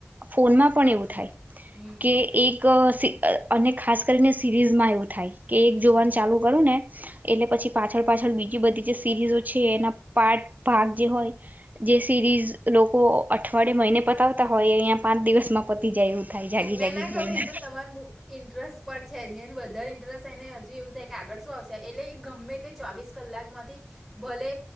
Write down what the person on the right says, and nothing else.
ફોનમાં પણ એવું થાય.
કે એક સી. અને ખાસ કરીને સિરીઝમાં એવું થાય. કે
એક જોવાન
ચાલુ કરું ને એટલે પછી પાછળ પાછળ બીજી બધી જે સિરીઝો છે એના પાઠ ભાગ જે હોય જે સિરીઝ લોકો અઠવાડિયે મહિને પતાવતા હોય અંયા પાંચ દિવસમાં પતી જાય એવું થાય જાગી
જાગી
જોઈને